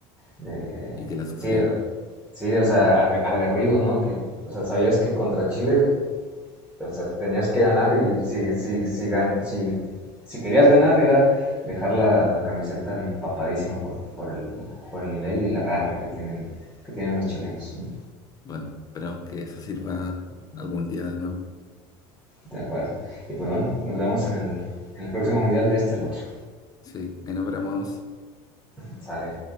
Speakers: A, in the centre; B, on the left (about 25°).
A: de-
B: y que la sufrieron.
A: Sí, sí, o sea, ag- aguerridos, ¿no? Que, o sea, sabías que contra Chile, o sea, tenías que ganar y si, si, si, gan- si, si querías ganar era dejar la, la camiseta empapadísima por, por el, por el nivel y la garra que tienen, que tienen los chilenos. ¿no?
B: Bueno, esperemos que eso sirva algún día de nuevo.
A: De acuerdo. Y pues bueno, nos vemos
B: Bueno,
A: en el, en el próximo mundial de este al otro.
B: sí, ahí nos veremos.
A: Sale.